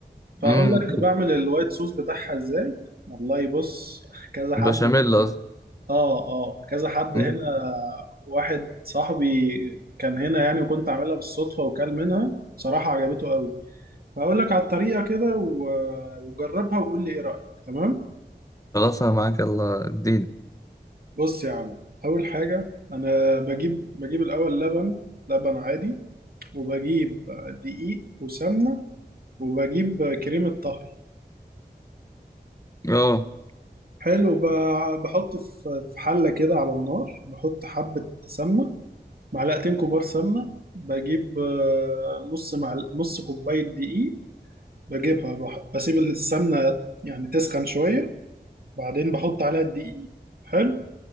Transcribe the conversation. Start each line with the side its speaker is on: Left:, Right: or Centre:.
Right: فاقول
Left: امم
Right: لك بعمل الوايت صوص بتاعها ازاي والله بص كذا حد
Left: البشاميل
Right: هنا
Left: قصدي
Right: اه اه كذا حد
Left: أمم،
Right: هنا واحد صاحبي كان هنا يعني وكنت عاملها بالصدفه وكل منها بصراحه عجبته قوي فاقول لك على الطريقه كده و- وجربها وقول لي ايه رايك تمام
Left: خلاص أنا معاك يلا اديني
Right: بص يا عم اول حاجه انا بجيب بجيب الاول لبن لبن عادي وبجيب دقيق وسمنه وبجيب كريمه طهي
Left: اه
Right: حلو ب- بحط في في حلة كده على النار بحط حبة سمنة معلقتين كبار سمنة بجيب آه، نص معل... نص كوباية دقيق بجيبها بح... بسيب السمنة يعني تسخن شوية بعدين بحط عليها الدقيق حلو